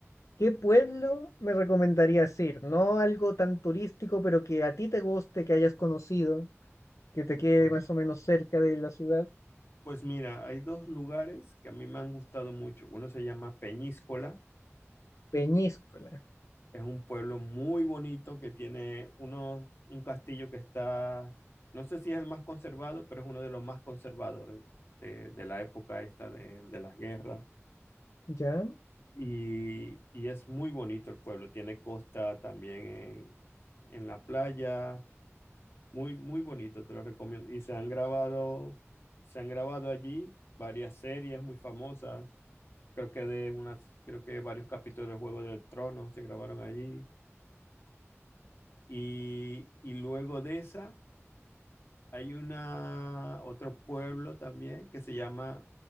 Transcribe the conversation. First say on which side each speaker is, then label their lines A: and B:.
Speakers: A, on the left (about 80°); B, on the left (about 55°).
A: ¿qué pueblo me recomendarías ir? No algo tan turístico, pero que a ti te guste, que hayas conocido, que te quede
B: pues,
A: más o menos cerca de la ciudad.
B: pues mira, hay dos lugares que a mí me han gustado mucho. Uno se llama Peñíscola
A: Peñíscola,
B: Es un pueblo muy bonito que tiene unos, un castillo que está, no sé si es el más conservado, pero es uno de los más conservados de, de- de la época esta de, de las guerras.
A: ¿ya?
B: Y, y es muy bonito el pueblo, tiene costa también en, en la playa, muy, muy bonito, te lo recomiendo. Y se han grabado, se han grabado allí varias series muy famosas, creo que de unas, creo que varios capítulos del Juego del Trono se grabaron allí. Y, y luego de esa hay una, otro pueblo también que se llama